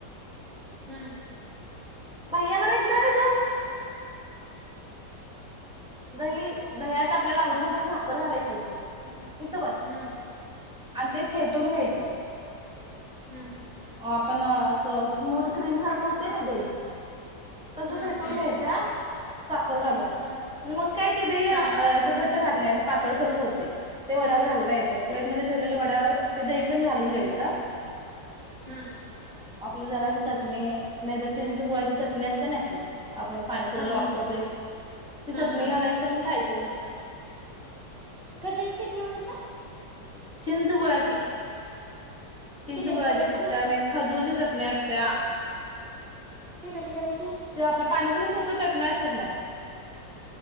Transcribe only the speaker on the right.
हम
हा
हा
हा
हा
हा
हा
हा
हा हा
हा
कशाची चटणी म्हटलासा
ती
कशी करायची
ती कशी करायची